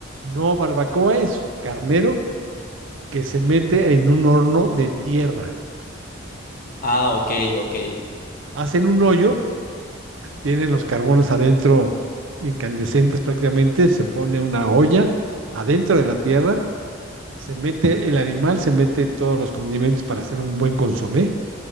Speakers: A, on the right (about 75°); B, on the left (about 45°).
A: No, barbacoa es carnero que se mete en un horno de tierra.
B: Ah, ok, ok.
A: Hacen un hoyo, tienen los carbones adentro incandescentes prácticamente, se pone una olla adentro de la tierra se mete el animal, se mete todos los condimentos para hacer un buen consomé